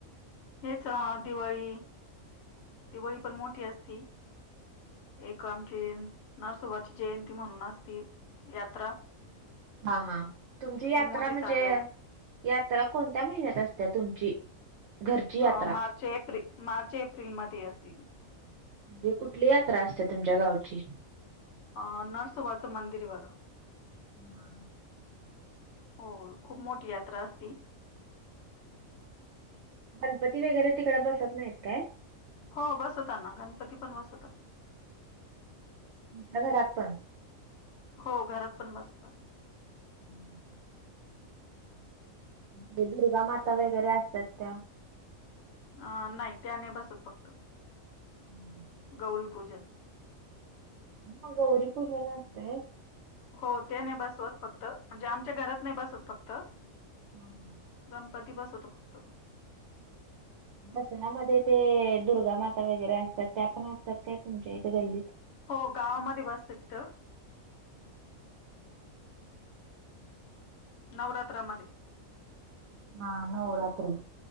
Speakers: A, on the left; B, on the right.
A: हेच दिवाळी दिवाळी पण मोठी असती. एक आनखीन नरसोबाची जयंती म्हणून असती यात्रा
B: हा हा, तुमची यात्रा
A: ती मोठी
B: म्हणजे
A: साजरी
B: यात्रा कोणत्या महिन्यात असते तुमची घरची यात्रा?
A: अ मार्च एप्रि मार्च एप्रिलमध्ये असती
B: ही कुठली यात्रा असते तुमच्या गावची?
A: अ नरसोबाचं मंदिर आहे बघा.
B: हा.
A: होय खूप मोठी यात्रा असती
B: गणपती वगैरे तिकडं बसत नाहीत काय?
A: हो बसवत ना गणपती पण बसवतात.
B: तुमच्या घरात पण?
A: हो घरात पण बसवतान.
B: <inaudible> ते दुर्गा माता वगैरे असतात त्या
A: अ नाही त्या नाही बसत फक्त
B: <inaudible>
A: गौरी पूजन
B: मग गौरीपूजन असतय
A: हो ते नाही बसवत फक्त म्हणजे आमच्या घरात नाही बसत फक्त
B: <inaudible>
A: गणपती बसवतो फक्त.
B: दसऱ्यामध्ये ते अ दुर्गा माता वगैरे असतात त्या पण असतात काय तुमच्या इथे गल्लीत?
A: हो गावामध्ये बसत्यात तिथं नवरात्रामध्ये
B: हा नऊ रात्री